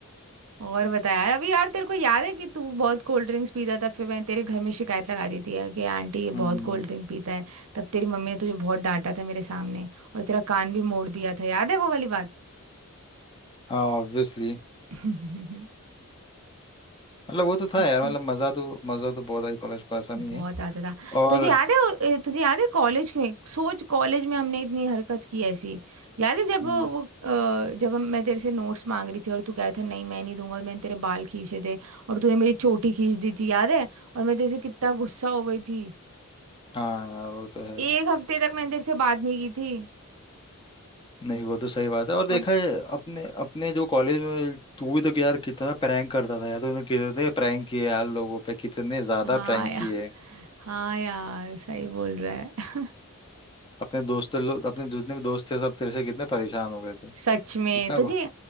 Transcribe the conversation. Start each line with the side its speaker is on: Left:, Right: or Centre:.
Right: और बता यार अभी यार तेरे को याद है कि तू बहुत कोल्ड ड्रिंक्स पीता था फिर मैंने तेरे घर में शिकायत लगा दी थी यार कि आंटी ये
Left: हम्म
Right: बहुत कोल्ड ड्रिंक पीता है तब तेरी मम्मी ने तुझे बहुत डांटा था मेरे सामने और तेरा कान भी मोड़ दिया था याद है वो वाली बात
Left: हाँ ऑब्वियसली
Right: <laughs>
Left: मतलब वो तो
Right: सच
Left: था यार मतलब
Right: में।
Left: मजा तो मजा तो बहुत आई कॉलेज को ऐसा
Right: बहुत
Left: नहीं है
Right: आता था
Left: और
Right: तुझे याद है तुझे याद है कॉलेज में सोच कॉलेज में हमने इतनी हरकत की ऐसी याद है जब
Left: हम्म,
Right: वो अ, जब हम मैं तेरे से नोट्स मांग रही थी और तू कह रहा था नहीं मैं नहीं दूंगा मैंने तेरे बाल खींचे थे और तूने मेरी चोटी खींच दी थी याद है और मैं तेरे से कितना गुस्सा हो गई थी
Left: हाँ यार वो तो है
Right: एक हफ्ते तक मैंने तेरे से बात नहीं की थी
Left: नहीं वो तो सही बात है और देखा
Right: और
Left: है अपने अपने जो कॉलेज में तू भी तो कि यार कितना प्रैंक करता था यार तूने कितने प्रैंक किए यार लोगों पे कितने ज्यादा
Right: हाँ
Left: प्रैंक
Right: यार
Left: किए
Right: हाँ यार सही बोल रहा है
Left: अपने दोस्त लोग अपने जितने भी दोस्त थे सब तेरे से कितने परेशान हो गए थे
Right: सच में
Left: इतना
Right: तुझे
Left: को-